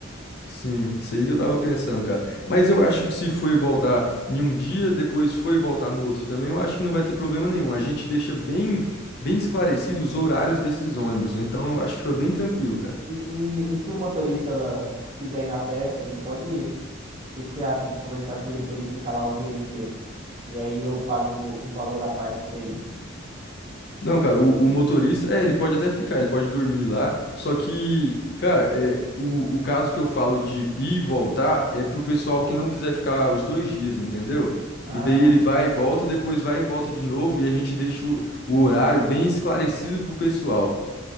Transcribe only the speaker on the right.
E, e, e se o motorista quiser ir na festa, ele pode ir. O que que você acha de conversar com ele para ele ficar lá os dois dias? E aí eu pago um valor à parte para ele.
Ah,